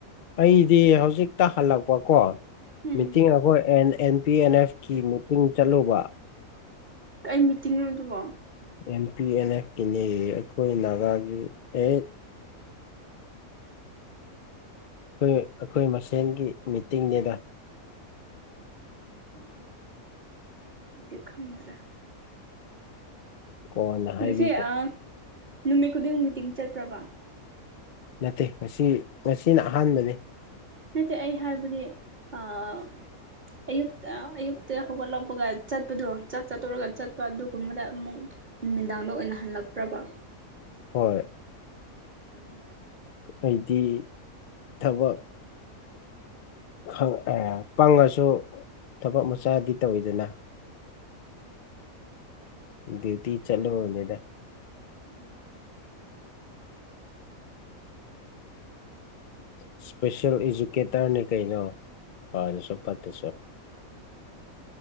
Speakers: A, on the left (about 60°); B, on the right (about 35°).
A: ꯑꯩꯗꯤ ꯍꯧꯖꯤꯛꯇ ꯍꯜꯂꯛꯄꯀꯣ
B: ꯎꯝ
A: ꯃꯤꯇꯤꯡ ꯑꯩꯈꯣꯏ ꯑꯦꯟ ꯑꯦꯟ ꯄꯤ ꯑꯦꯟ ꯑꯦꯐꯀꯤꯤ ꯃꯤꯇꯤꯡ ꯆꯠꯂꯨꯕ
B: ꯀꯩ ꯃꯤꯇꯤꯡꯅꯣ ꯑꯗꯨꯕꯣ
A: ꯑꯦꯟ ꯄꯤ ꯑꯦꯟ ꯑꯦꯐꯀꯤꯤꯅꯦ ꯑꯩꯈꯣꯏ ꯅꯥꯒꯥꯒꯤ ꯑꯩꯠ ꯑꯩꯈꯣꯏ ꯑꯩꯈꯣꯏ ꯃꯁꯦꯟꯒꯤ ꯃꯤꯇꯤꯡꯅꯤꯗ
B: ꯑꯣ ꯏ ꯈꯗ꯭ꯔ
A: ꯀꯣꯟꯅ ꯍꯥꯏꯕꯤꯒꯦ
B: ꯉꯁꯤ ꯑꯥ ꯅꯨꯃꯤꯠ ꯈꯨꯗꯤꯡꯒꯤ ꯃꯤꯇꯤꯡ ꯆꯠꯄ꯭ꯔꯕ
A: ꯅꯠꯇꯦ ꯃꯁꯤ ꯃꯁꯤꯅ ꯑꯍꯥꯟꯕꯅꯤ
B: ꯅꯠꯇꯦ ꯑꯩ ꯍꯥꯏꯕꯗꯤ ꯑꯥ ꯑꯌꯨꯛꯇ ꯑꯌꯨꯛꯇ ꯍꯧꯒꯠꯂꯛꯄꯒ ꯆꯠꯄꯗꯣ ꯆꯥꯛ ꯆꯠꯇꯨꯔꯒ ꯆꯠꯄ ꯑꯗꯨꯒꯨꯝꯕꯗ ꯑꯃꯨꯛ ꯅꯨꯃꯤꯗꯥꯡꯗ ꯑꯣꯏꯅ ꯍꯜꯂꯛꯇ꯭ꯔꯕ
A: ꯍꯣꯏ
B: ꯑꯣ
A: ꯍꯥꯏꯗꯤ ꯊꯕꯛ ꯈꯪ ꯑꯦ ꯄꯪꯉꯁꯨ ꯊꯕꯛ ꯃꯆꯥꯗꯤ ꯇꯧꯋꯤꯗꯅ ꯗꯌꯇꯤ ꯆꯠꯂꯕꯅꯦꯗ
B: ꯎꯝ
A: ꯏꯁꯄꯦꯁꯤꯦꯜ ꯏꯖꯨꯀꯦꯇꯔꯅꯦ ꯀꯩꯅꯣ ꯍꯁꯨꯣ ꯐꯠꯇꯁꯨ